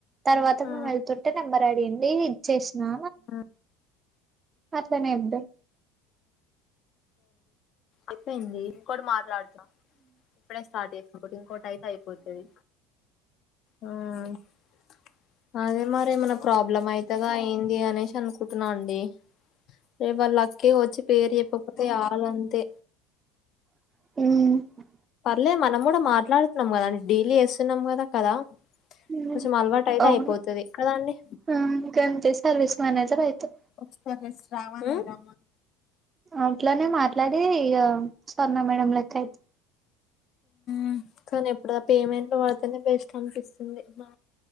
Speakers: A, on the right (about 30°); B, on the left (about 50°).
A: తర్వాత
B: ఆ
A: మేము వెళ్తుం నెంబర్ అడిగింది ఇచ్చేసినా
B: ఆ
A: అట్లనే ఉంటా
B: ఐపేయింది. ఇంకోటి మాట్లాడుతున్న ఇప్పుడే స్టార్ట్ చేస్నా ఇంకోటి అయితే అయిపోతది ఆ అదే మరేమైనా ప్రాబ్లమ్ అయ్యితదా ఏం అనేసి అనుకుటున్నా అండి రేపు వాళ్ళ కే వచ్చి పేరు చెప్పకపోతే రాదు అంతే
A: మ్
B: లే మనం కూడా మాట్లాడుతున్నాం కదా అండి డైలీ చేేస్తున్నాం కదా కదా
A: మ్
B: కొంచెం అలవాటు అయితే
A: అవును
B: అయిపోతది కదా అండి
A: ఆ ఇంకంతే సర్వస్ మెనేజర్ అయ్యితవ్
B: ఒక సర్వీస్ రావాలిగా
A: అట్లనే మాట్లాడి ఇగ స్వర్ణ మేడం లెక్క అయితవ్
B: మ్ కానీ ఎప్పుడు పేమెంట్ లు పడితనే బేస్ట్ అనిపిస్తుంది బా